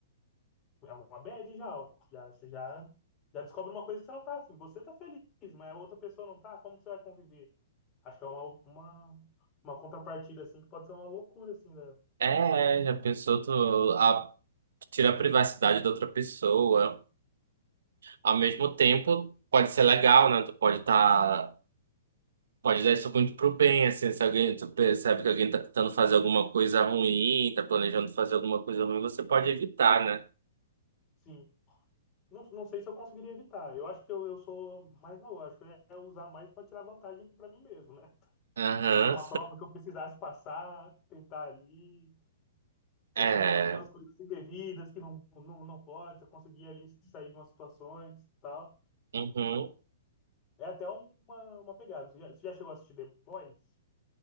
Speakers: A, on the left; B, on the right.
A: É uma bad já, ó. Já, você já, já descobre uma coisa que você não tá afim. Você tá feliz, mas a outra pessoa não tá, como que você vai conviver? Acho que é uma, uma, uma contrapartida, assim, que pode ser uma loucura, assim, da...
B: É, já pensou tu a, tira a privacidade da outra pessoa. Ao mesmo tempo, pode ser legal, né? Tu pode tá, pode dar isso muito pro bem, assim, se alguém, tu percebe que alguém tá tentando fazer alguma coisa ruim, tá planejando fazer alguma coisa ruim, você pode evitar, né?
A: Sim. Não, não sei se eu conseguiria evitar. Eu acho que eu, eu sou mais lógico, né? É usar mais para tirar vantagem para mim mesmo, né?
B: Aham.
A: Uma prova que eu precisasse passar, tentar ali,
B: É.
A: tentar fazer algumas coisas indevidas que não, não, não pode, você conseguir ali sair de umas situações e tal.
B: Uhum.
A: É até uma, uma pegada. Você já, você já chegou a assistir The Boys?